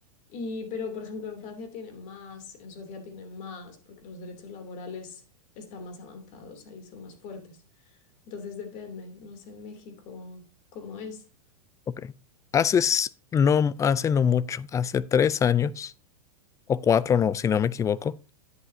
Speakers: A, on the left; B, on the left.
A: Y, pero, por ejemplo, en Francia tienen más, en Suecia tienen más, porque los derechos laborales están más avanzados, ahí son más fuertes. Entonces depende, no sé, en México, ¿cómo es?
B: ok. Hace, s- no, hace no mucho, hace tres años o cuatro, no, si no me equivoco,